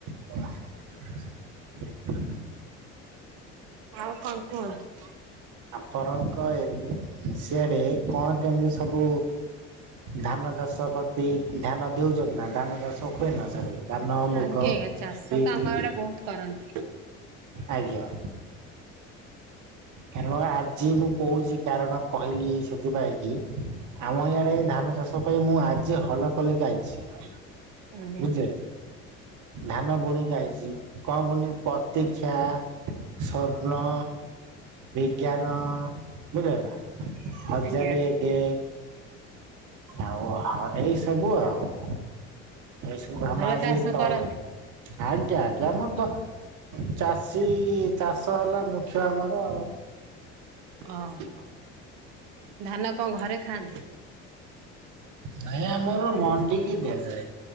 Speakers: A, on the right; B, on the right.
A: <inaudible>
B: ଆଉ କଣ କୁହନ୍ତୁ।
A: ଫରଙ୍କ ହେରି, ସିଆଡେ କଣ, କେମିତି ସବୁ ଧାନ ଚାଷ ପ୍ରତି, ଧ୍ୟାନ ଦେଉଛନ୍ତି ନା? ଧାନ ଚାଷ ହୁଏ ନା ସେ ଧାନ, ମୁଗ,
B: ଆଜ୍ଞା ଆଜ୍ଞା ଚାଷ
A: ବିରି
B: ତ ଆମ ଆଡେ ବହୁତ କରନ୍ତି।
A: ଆଜ୍ଞା। କାରଣ ଆଜି ମୁଁ କହୁଛି ।କାରଣ କହିଲି ସେଥିପାଇଁ, କି ଆମ ଇଆଡେ ଧାନ ଚାଷ କ ମୁଁ ଆଜି ହଲ କରିକି ଆଇଛି।
B: ଆଜ୍ଞା
A: ବୁଝିଲେ
B: ।
A: ଧାନ ବୁଣିକି ଆଇଛି କଣ ବୁଣି ପ୍ରତିକ୍ଷା ସ୍ୱର୍ଣ୍ଣ ବିଜ୍ଞାନ ବୁଝ ନା ହଜାରେ
B: ଆଜ୍ଞା
A: ଏକ ଆଉ' ହାଉ, ଏଇ ସବୁ ଆଉ'। ଏ ସବୁ, ଆମେ
B: ଭଲ
A: ଆଜି,
B: ଚାଷ
A: ତଳ
B: କରନ୍ତି।
A: ଆଜ୍ଞା ଆଜ୍ଞା ମୁଁ ତ ଚାଷ ଚାଷୀ ଚାଷ ହେଲା ମୁଖ୍ୟ ଆମର।
B: ଓ ହୋ ।ଧାନ କଣ ଘରେ ଖାଆନ୍ତି?
A: ନାଇଁ ଆମର ମଣ୍ଡି କି ଦିଆଯାଏ।